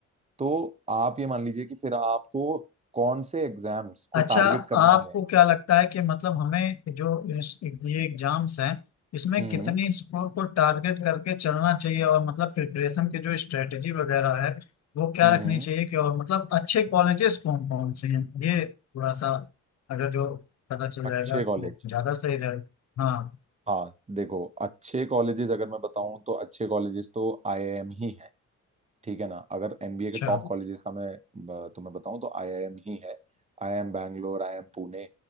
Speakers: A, on the right (about 20°); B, on the left (about 60°).
A: तो आप ये मान लीजिए कि फिर आपको कौन से एग्जाम्स को
B: अच्छा
A: टारगेट करना
B: आपको
A: है
B: क्या लगता है कि मतलब हमें जो इस, ये एग्जाम्स हैं इसमें
A: हम्म
B: कितनी स्कोर को टारगेट करके चलना चाहिए और मतलब प्रिपरेशन की जो स्ट्रेटेजी वगैरह है वो क्या
A: हम्म
B: रखनी चाहिए कि और मतलब अच्छे कॉलेजेस कौन कौन से हैं ये थोड़ा सा अगर जो पता चल जाएगा
A: अच्छे
B: तो
A: कॉलेज
B: ज्यादा सही रहेगा हाँ
A: हाँ देखो अच्छे कॉलेजेस अगर मैं बताऊं तो अच्छे कॉलेजेस तो आईआईएम ही है ठीक है ना अगर एमबीए
B: अच्छा
A: के टॉप कॉलेजेस का मैं ब- तुम्हें बताऊं तो आईआईएम ही है IIM Bangalore IIM Pune